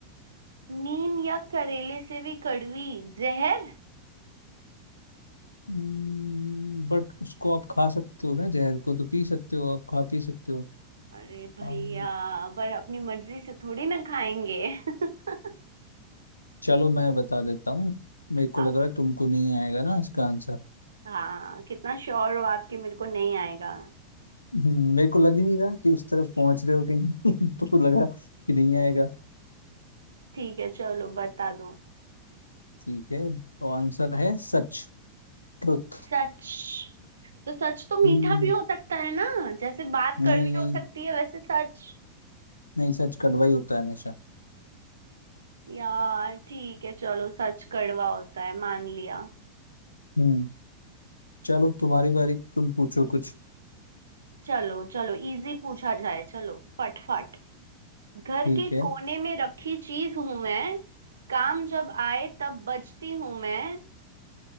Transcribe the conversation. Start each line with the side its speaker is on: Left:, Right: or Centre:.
Right: नीम या करेले से भी कड़वी जहर
Left: हम्म, बट उसको आप खा सकते हो ना जहर को तो पी सकते हो आप खा पी सकते हो
Right: अरे भैया
Left: हाँ।
Right: पर अपनी मर्जी से थोड़ी ना खाएंगे <laughs>
Left: चलो मैं बता देता हूँ मेरे को
Right: आप
Left: लग रहा है तुमको नहीं आएगा ना इसका आंसर
Right: हाँ कितना श्योर हो आपकी मेरे को नहीं आएगा
Left: हम्म, मेरे को लग ही नहीं रहा कि उस तरफ पहुंच रहे हो कि नहीं। <laughs> तो लगा कि नहीं आएगा
Right: ठीक है चलो बता दो
Left: ठीक है तो आंसर है सच ट्रुथ
Right: सच तो सच तो मीठा
Left: हम्म
Right: भी हो सकता है ना जैसे बात
Left: नहीं
Right: कड़वी
Left: नहीं
Right: हो सकती है वैसे सच
Left: नहीं सच कड़वा ही होता है हमेशा
Right: यार ठीक है चलो सच कड़वा होता है मान लिया
Left: हम्म चलो तुम्हारी बारी तुम पूछो कुछ
Right: चलो चलो इजी पूछा जाए चलो फटफट घर
Left: ठीक
Right: के
Left: है
Right: कोने में रखी चीज हूं मैं काम जब आए तब बजती हूं मैं